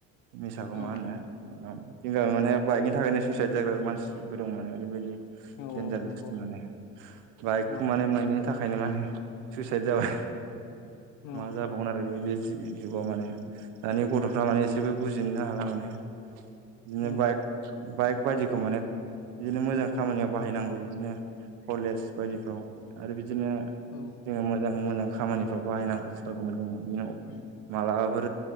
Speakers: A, on the right (about 80°); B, on the left (about 75°).
A: मिसाखौ
B: औ
A: मा
B: औ
A: होननो जों माने बाइकनि थाखायनो सुइसाइद जाग्रा मानसिबो दं माने ओरैबायदि <inaudible> थाखायनो
B: औ नंगौ औ
A: मा होनो सुइसाइत जाबाय
B: औ
A: मा जाव आरो जुगाव माने दानि गथ'फ्रा माने एसेबो बुजिनोनो हाला माने बिदिनो
B: औ
A: बाइक बाइक बायदिखौ माने बिदिनो मोजां खामानियाव बाहायनांगौ बिदिनो कलेज बायदिफ्राव आरो बिदिनो
B: औ
A: जोङो मोजां मोजां खामानिफ्राव बाहायनांथारगौमोन जोङो <inaudible>
B: उम
A: बे